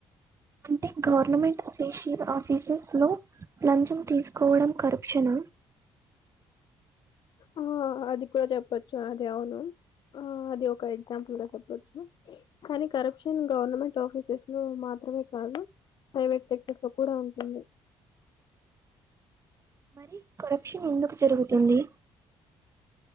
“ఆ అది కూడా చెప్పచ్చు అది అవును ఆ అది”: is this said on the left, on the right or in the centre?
Left